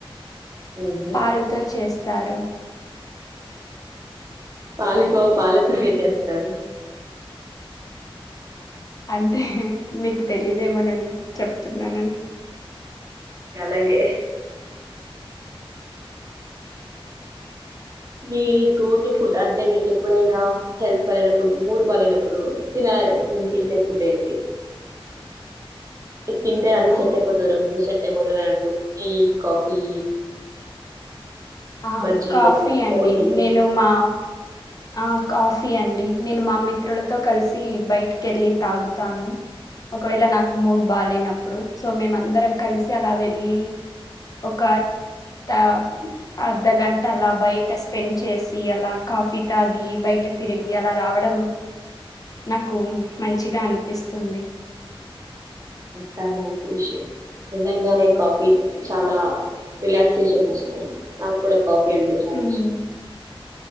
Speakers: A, on the right; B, on the left.
A: హుహు.
B: పాలుతో చేస్తారు
A: పాలకోవా పాలతోనె చేస్తారు
B: అంటే మీకు తెలిదేమోనని చెప్తున్నానండి
A: అలాలే మీ గో టు ఫుడ్ అంటే మీకు ఎప్పుడైనా హెల్త్ బాలెనప్పుడు మూడు బాలెనప్పుడు తినాల నిపిచ్చె ఫుడ్ ఏంటి తింటే అన్ని సెట్
B: ఆ
A: అయిపోతార మూడు సెట్ అయిపోతది అనట్టు టీ కాఫీ
B: ఆ
A: బజ్జీ
B: కాఫీ
A: అట్లా
B: అండి
A: ఒకటి ఉంటుంది.
B: నేను మా ఆ కాఫీ అండి నేను మా మిత్రులతో కలిసి బయటికి వెళ్ళి తాగుతాను ఒకవేళ నాకు మూడ్ బాలేనప్పుడు సో మేమం దరం కలిసి అలా వెళ్ళి ఒక టైం అర్ధగంట అలా బయట స్పెండ్ చేసి అలా కాఫీ తాగి బయట తిరిగి అలా రావడం నాకు మంచిగా అనిపిస్తుంది
A: చాలా మంచి విషయం నిజంగానే కాఫీ చాలా రిలాక్సేషన్ వస్తుంది నాకు కూడా కాఫీ అంటే చాలా
B: ఉమ్,
A: ఇష్టం